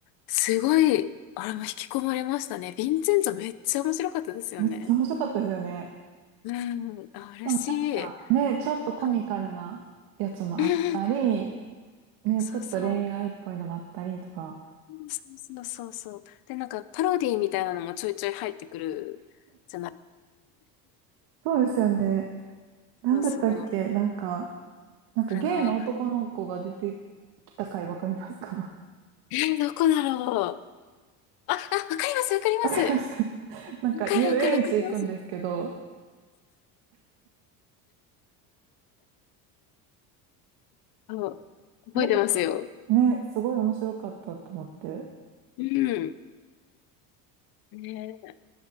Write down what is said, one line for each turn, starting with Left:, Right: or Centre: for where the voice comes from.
Left: すごい、あれも引き込まれましたね。ヴィンセンツめっちゃ面白かったですよね。
Right: めっちゃ面白かったですよね。
Left: うん、あ、嬉しい。
Right: でもなんか、ね、ちょっとコミカルなやつもあったり、
Left: はい。うん
Right: ね、ちょっと恋愛っぽいのもあったりとか、
Left: そうそう。そうそうそうそう。で、なんかパロディみたいなのもちょいちょい入ってくるじゃない。
Right: そうですよね。なんだったっけなんか、
Left: そうそう。
Right: なんかゲイの男の子が出てきた回わかりますか
Left: あの、えーどこだろう。あ、あ、わかります、わかります。
Right: <laughs> わかります
Left: わ
Right: <laughs> なんか遊園地行くんですけど、
Left: かる、わかる、わかります。そう、覚えてますよ。
Right: あれとか、ね、すごい面白かったと思って。
Left: うん。ね